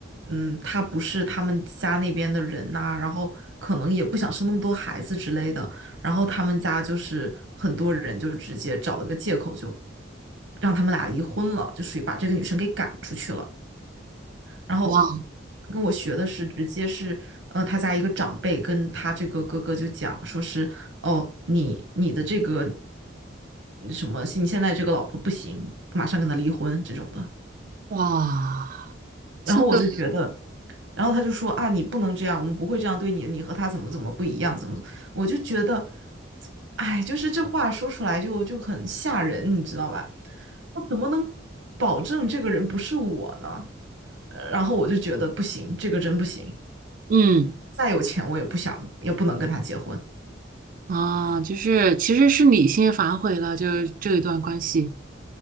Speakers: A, on the right; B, on the right.
A: 嗯，他不是他们家那边的人呐、然后可能也不想生那么多孩子之类的，然后他们家就是很多人就直接找了个借口就让他们俩离婚了，就属于把这个女生给赶出去了。然后
B: 哇
A: 跟我学的是直接是，呃，他家一个长辈跟他这个哥哥就讲说是，哦，你你的这个什么，你现在这个老婆不行，马上跟他离婚这种的。
B: 哇，这个，
A: 然后我就觉得，然后他就说啊，你不能这样，我们不会这样对你的，你和他怎么怎么不一样，怎么怎么，我就觉得，哎，就是这话说出来就就很吓人，你知道吧？我怎么能保证这个人不是我呢？呃然后我就觉得不行，这个真不行。
B: 嗯
A: 再有钱我也不想，也不能跟他结婚。
B: 啊，就是其实是你先反悔了，就是这一段关系